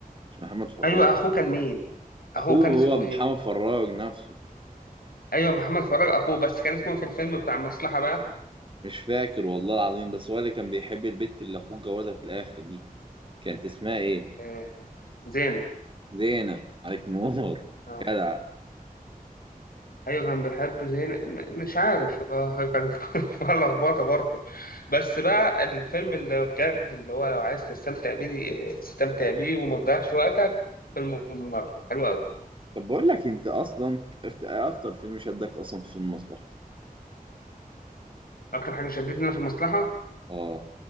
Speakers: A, on the right; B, on the left.
A: مش محمد فراج
B: ايوه اخوه كان مين اخوه
A: اخوه
B: كان اسمه
A: هو محمد
B: ايه
A: فراج نفسه
B: ايوه محمد فراج اخوه بس كان اسمه في الفيلم بتاع المصلحة بقى
A: مش فاكر والله العظيم بس هو اللي كان بيحب البت اللي اخوه جوازها في الاخر دي كانت اسمها ايه
B: آه، زينة
A: زينب عليك نور <laughs>
B: آه.
A: جدع
B: ايوه كان بيحب زين م- مش عارف هو كان <laughs> فيها لخبطه برضه بس بقى الفيلم اللي بجد اللي هو لو عايز تستمتع بيه تستمتع بيه وما تضيعش وقتك فيلم الممر حلو قوي
A: طب بقول لك انت اصلا اكت- اكتر فيلم شدك اصلا في المصلحة
B: اكتر حاجه شدتني انا في المصلحه
A: اه